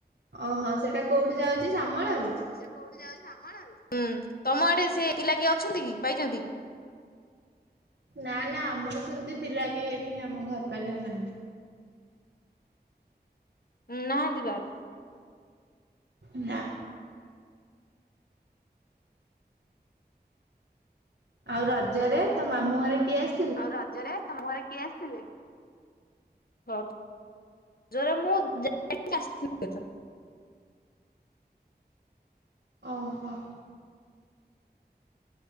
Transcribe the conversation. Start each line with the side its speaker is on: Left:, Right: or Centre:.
Right: ଓହୋ ସେଇଟା କୋଉଠି ଯାଉଛି ଶ୍ୟାମଳାରୁ?
Left: ହୁଁ ତମ ଆଡେ ସେ ପିଲା କିଏ ଅଛନ୍ତି କି ପାଇଛନ୍ତି?
Right: ନା ନା ଆମର ସେମିତି ପିଲା କେହି ଏଠି ଆମ ଘର ପାଖରେ ନାହାନ୍ତି।
Left: ନାହାନ୍ତି ବାହାରେ।
Right: ନା। ଆଉ ରଜରେ ତୋ ମାମୁଁ ଘରେ କିଏ ଆସ
Left: ଆଉ ରଜରେ ତମ ଘରେ କିଏ ଆସିଥିଲେ? ରଜରେ ମୁଁ ଯାଇ <unintelligible> ଆସିଥିଲେ ତ!
Right: ଅ ହ।